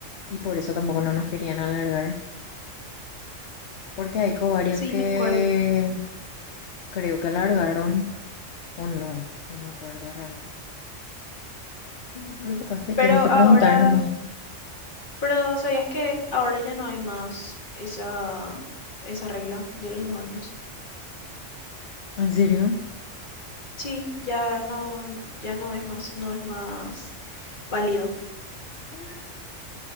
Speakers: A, on the left; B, on the left.
A: Y por eso tampoco no nos querían alargar, porque hay covarios
B: Sí,
A: que
B: me acuerdo.
A: creo que alargaron o no, no me acuerdo realmente.
B: Ujú.
A: Pero capaz que tiene
B: Pero
A: que
B: ahora,
A: preguntar nomás.
B: pero ¿sabías que ahora ya no hay más esa, esa regla de los dos años?
A: ¿En serio?
B: Sí, ya no, ya no es más, no es más válido.
A: Mm.